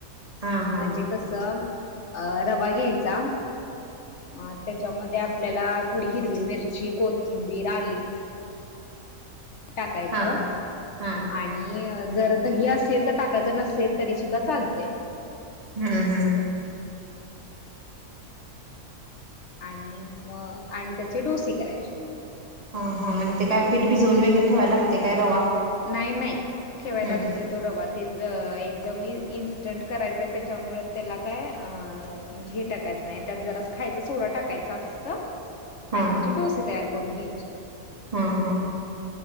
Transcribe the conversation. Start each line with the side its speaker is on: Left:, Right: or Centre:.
Right: हा
Left: म्हणजे कसं अ रवा घ्यायचा अ त्याच्यामध्ये आपल्याला थोडी हिरवी मिरची कोथिंबीर आली टाकायचं
Right: हा हा हा
Left: आणि जर दही असेल तर टाकायचं नसेल तरी सुद्धा चालते
Right: हम्म हम्म
Left: आणि म आणि त्याचे डोसे करायचे
Right: हा हा म्हणज ते काय पीठ भिजवून वगैरे ठेवायला लागते काय रवा
Left: नाही नाही ठेवाय
Right: हम्म
Left: लागत नाही तो डबा ते एकदम इन्स्टंट करायच त्याच्यामुळे त्याला काय म्हणजे हे टाकायचं नाही त्यात जरा खायचा सोडा टाकायचा फक्त आणि
Right: हा
Left: त्याचे डोसे तयार करून घ्यायचे
Right: हा हा